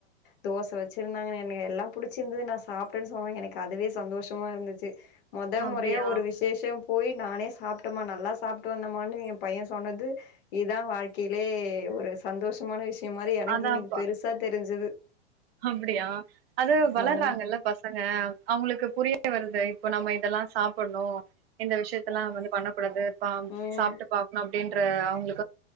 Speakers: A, on the left; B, on the right.
A: தோச வச்சிருந்தாங்க என்ன எல்லா புடுச்சிர்ந்தது நா சாப்ட்டேன் சொல்வு எனக்கு அதுவே சந்தோஷமா இருந்துச்சு மொத
B: அப்படியா
A: மொறையா ஒரு விஷேஷம் போய் நானே சாப்டமா நல்லா சாப்டு வந்தமானு உ பைய சொன்னது இதா வாழ்க்கைலே ஒரு சந்தோஷமான விஷ் விஷய மாரி எனக்கு
B: அதா
A: இன்னிக்கு பெருசா தெரிஞ்சுது
B: அப்டியா அது வளறாங்கல
A: ஆமா
B: பசங்க அவுங்களுகு புரிய புரியவருது இப்போ நம்ம இதெல்லா சாப்பணு இந்த விஷயதலா வந்து பண்ண கூடாது பாவு
A: ம்
B: சாப்டு பாக்கணு அப்டின் ற அவுங்ளுக்